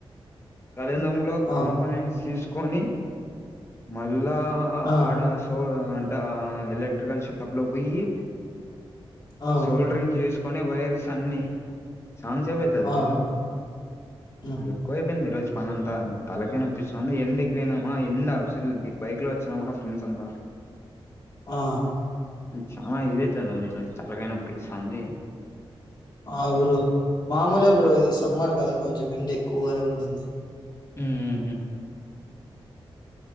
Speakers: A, on the left; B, on the left.
A: కళంద్రంలో
B: ఆ!
A: కాంపనెంట్స్ తీసుకొని మ ల్ల
B: ఆ!
A: ఆడ సో అంటే ఎలక్ట్రికల్ షాప్ లో పోయి
B: ఆ!
A: సోల్డ్రింగ్ చేసుకొని వైర్స్ అన్ని సన్ సేబ్ అయితది
B: ఆ!
A: బ్రో
B: హ్మ్.
A: ఎక్కువ అయిపోయింది ఈ రోజు మన అంతా తలకైనాపోస్తాంది ఆ ఎండికి పోయినామా ఎండా అసల్ నీ బైక్ లో వచ్చినామా ఫ్రెండ్స్ అంతా
B: ఆ
A: చాలా ఇదేతంది ఈరోజు తలకైనోపోస్తాంది
B: ఆ బ్రో మామూలే బ్రో ఇది సమ్మర్ కదా కొంచెం ఎండ ఎక్కువగానే ఉంటుంది
A: ఉహ్మ్